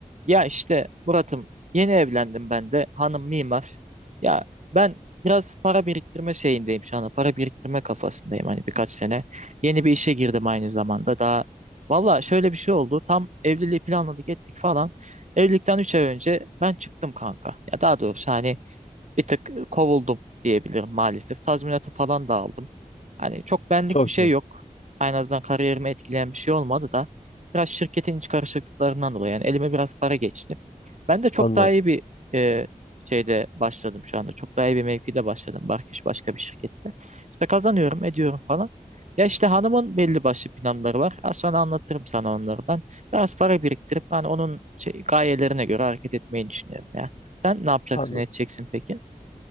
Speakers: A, on the right; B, on the left.
A: Ya işte Murat'ım yeni evlendim ben de. Hanım mimar. Ya ben biraz para biriktirme şeyindeyim şu anda. Para biriktirme kafasındayım hani birkaç sene. Yeni bir işe girdim aynı zamanda. Daha valla şöyle bir şey oldu. Tam evliliği planladık ettik falan. Evlilikten 3 ay önce ben çıktım kanka. Ya daha doğrusu hani bir tık kovuldum diyebilirim maalesef. Tazminatı falan da aldım. Hani çok benlik
B: Çok
A: bir şey
B: güzel.
A: yok. En azından kariyerimi etkileyen bir şey olmadı da biraz şirketin iç karışıklıklarından dolayı yani elime biraz para geçti. Ben de çok
B: Anladım.
A: daha iyi bir e, şeyde başladım şu anda. Çok daha iyi bir mevkide başladım. Barkiş başka bir şirkette. İşte kazanıyorum, ediyorum falan. Ya işte hanımın belli başlı planları var. Az sonra anlatırım sana onları ben. Biraz para biriktirip hani onun şey, gayelerine göre hareket etmeyi düşünüyorum ya. Sen ne yapacaksın,
B: Anladım.
A: edeceksin peki?